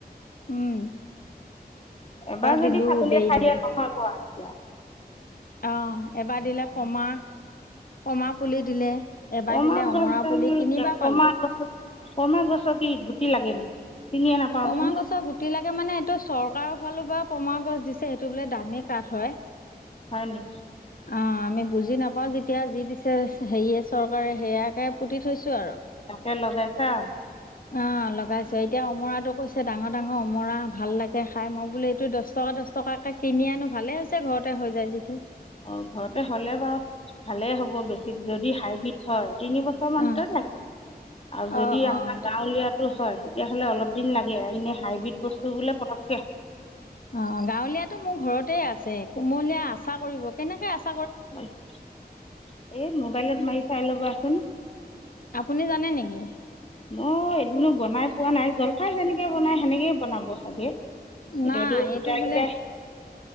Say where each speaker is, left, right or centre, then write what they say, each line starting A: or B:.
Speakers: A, on the left; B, on the left.
A: উম
B: এবাৰ যদি
A: দিলো
B: ছাগলী
A: বেৰি
B: খাইয়
A: দিলো
B: দিয়ে নহয় কোৱা। এতিয়া
A: অ এবাৰ দিলে পমা, পমাপুলি, দিলে। এবাৰ
B: কমা
A: দিলে অমৰা
B: গছডাল
A: পুলি তিনিবাৰ
B: কেকমা
A: পালো
B: গছ কমা গছৰ কি গুটি লাগে নেকি? চিনিয়ে নাপাওঁচোন
A: পমা গছৰ গুটি লাগে মানে এইটো চৰ- ককাৰৰ ফালৰ পৰা পমা গছ দিছে সেইটো বোলে দামী কাঠ হয়।
B: হয় নেকি।
A: অ আমি বুজি নাপাও যেতিয়া যি দিছে হেৰি আছে। চৰকাৰে সেয়াকে পুতি থৈছো আৰু
B: সে লগাইছে আৰু
A: অ লগাইছে এতিয়া অমৰাটো কৈছে ডাঙৰ ডাঙৰ অমৰা ভাল লাগে খাই মই বোলে ত দহ টকা দহ টকাকে কিনি আনো ভালে হৈছে ঘৰতে হৈ যায় যেদি।
B: অ ঘৰতে হ'লে বাৰু ভালেই হ'ব বেছি যদি হাইব্ৰীড হয় তিনি বছৰ মানতে
A: অ'
B: লাগে আৰু যদি
A: অ'
B: আমাৰ
A: অ' এইটো
B: গাঁৱলীয়াটো হয়। তেতিয়াহ'লে অলপ দিন লাগে এনে হাইব্ৰীড বস্তু বোলে পটককে হ
A: অ গাঁৱলীয়াাতটো মোৰ ঘৰতে আছে কুমলীয়া আচা কৰিব কেনেকে আছে।
B: এ মোবাইলত মাৰি চাই ল'বাচোন
A: আপুনি জানে নেকি
B: মই এদিনো বনাই পোৱা নাই জলফাই যেনেকে বনাই সেনেকেই বনাব চাগে। এতিয়া
A: নাই
B: গোটাই
A: এইটো বোলে
B: গোটাই